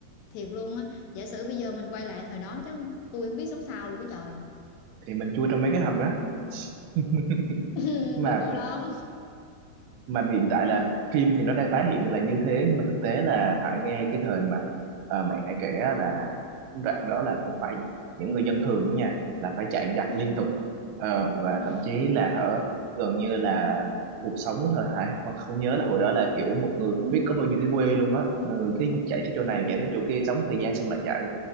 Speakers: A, on the left (about 80°); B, on the right (about 80°).
A: thiệt luôn á giả sử bây giờ mình quay lại thời đó chứ tôi không biết sống sao luôn á trời
B: thì mình chui trong mấy cái hầm đó <laughs>
A: <laughs>
B: mà
A: đau khổ lắm
B: mà hiện tại là phim thì nó đang tái hiện là như thế nhưng mà thực tế là Hải nghe cái thời mà ờ, mẹ Hải kể á là đoạn đó là cũng phải những người dân thường á nha là phải chạy giặc
A: Ừ,
B: liên tục Ờ, và
A: ừ,
B: thậm chí là ở gần như là cuộc sống thôi Hải hoặc không nhớ là hồi đó là kiểu một người không biết có bao nhiêu cái quê luôn á ừ, cái chạy tới chỗ này chạy tới chỗ kia sống thời gian xong lại chạy